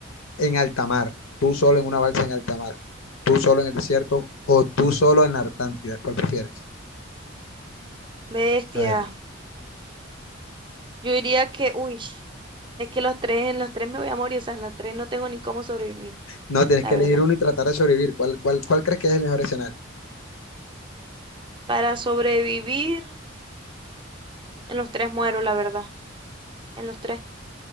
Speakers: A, on the left; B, on the right.
A: en alta mar, tú solo en una balsa en alta mar, tú solo en el desierto o tú solo en la Antártida? ¿Cuál prefieres?
B: Bestia,
A: A ver,
B: yo diría que, uy, es que los tres, en los tres me voy a morir, o sea, en los tres no tengo ni cómo sobrevivir,
A: no, tienes
B: la
A: que
B: verdad.
A: elegir uno y tratar de sobrevivir. ¿Cuál, cuál, cuál crees que es el mejor escenario?
B: para sobrevivir en los tres muero, la verdad, en los tres.